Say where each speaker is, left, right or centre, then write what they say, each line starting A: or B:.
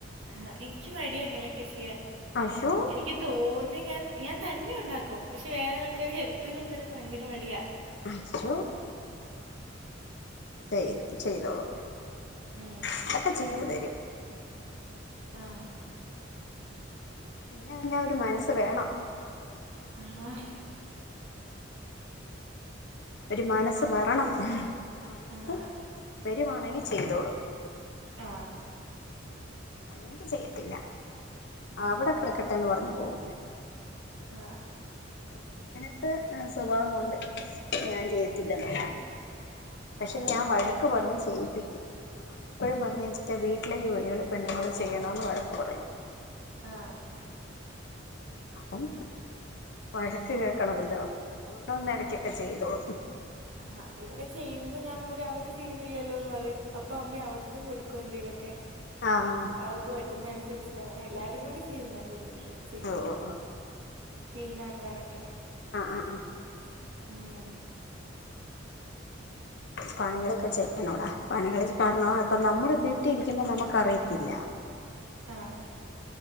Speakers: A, on the right (about 90°); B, on the left (about 60°).
A: ആഹ എനിക്ക് മടിയ അങ്ങനെയൊക്കെ ചെയ്യാൻ
B: അയ്യോ
A: എനിക്ക് തോന്നി ഞാൻ ഞാൻ തന്നെ ഉണ്ടാക്കും പക്ഷെ വേറെ ആൾക്കാര് ഹെല്പ് ചെയ്ത് കൊടുക്കാനൊക്കെ ഭയങ്കര മടിയാ
B: അയ്യോ ചെയ്ത് ചെയ്തോളും
A: ഉം
B: അതൊക്കെ ചെയ്തു തരും
A: ആഹ്
B: പിന്നെ എല്ലാം ഒരു മനസ്സ വേണം
A: ആഹ
B: ഒരു മനസ്സ് വരണം മനസ്സ്
A: ആഹ്
B: വെ രുവാണെങ്കിൽ ചെയ്തോളൂ
A: ആഹ
B: അല്ലെങ്കിൽ ചെയ്യത്തില്ല അവിടെ കിടക്ക ന്ന് പറഞ്ഞ് പോവും
A: ആഹ്
B: ആ ങ്ങനത്തെ സ്വഭാവവും ണ്ട് ഞാൻ ചെയ്യത്തില്ലെന്നെ പക്ഷെ
A: ആഹ്
B: ഞാൻ വഴക്ക് പറഞ്ഞ ചെയ്യിപ്പിക്കും ഞാൻ എപ്പോഴും പറഞ്ഞ വീട്ടിലെ ജോലികള് പെണ്ണുങ്ങൾ ചെയ്യണന്ന് വഴക്ക് പറയും
A: ആന്ന്
B: അപ്പം വഴക്ക് കേൾക്കണമല്ലോ അതുകൊണ്ടന്ന ഇടക്കൊക്കെ ചെയ്തോളും
A: ആ ഇവിടെ ചെയ്യും അപ്പം ഞാൻ പറയും അവര് ചെയ്യുന്നില്ലല്ലോ എന്ന് പറയും അപ്പോൾ അമ്മ അവർക്കും കൊടുക്കും എന്തെലൊക്കെ
B: ആഹ്
A: അവർക്ക് പറ്റുന്ന അനുസരിച്ച് അങ്ങനെ എല്ലാരും കൂടി തീരുന്നയും കൂടുതൽ ചെയ്യുമ്പോ
B: ഓ ഓ ഓ
A: ക്ലീനാക്കാനൊക്കെ
B: ആഹ് ആഹ് ആഹ്
A: ഉം
B: പണികളൊക്കെ ചെയ്യണോടാ പണികൾ കാരണ ഇപ്പൊ നമ്മുടെ വീട്ടിലിരിക്കുമ്പോ നമുക്ക് അറിയത്തില്ല
A: ആഹ്